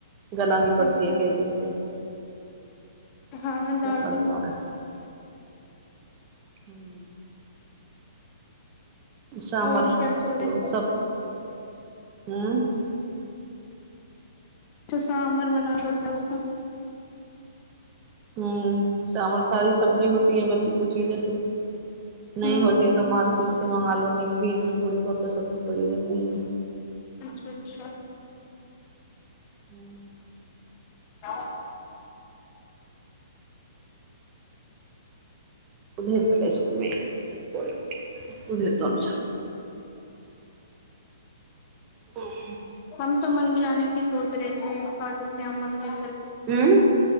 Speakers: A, on the right; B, on the left.
A: ह गलानी पड़ती
B: अच्छा
A: है कई घंटे
B: हाँ दाल
A: जब बनता
B: तो
A: है हुँ सामर
B: और क्या चल रहा
A: तऽ
B: है
A: सब हुँ
B: चुसआमर बना पड़ता है उसको
A: हुँ ते हमर सारी सब्जी होती है बच्ची कूची जैसे नहीं
B: हम्म
A: होती है तऽ मार्केट से मंगा लो नहि फ्रिज मे थोड़ी बहुत सब्जी पड़ी रहती है
B: अच्छा अच्छा
A: हुँ
B: ह <inaudible>
A: बधे भेललाक नहिप ओल तन हुँ
B: हम तो मन्दिर जााने की सोच रहे थे खाटू श्याम मन्दिर
A: हँ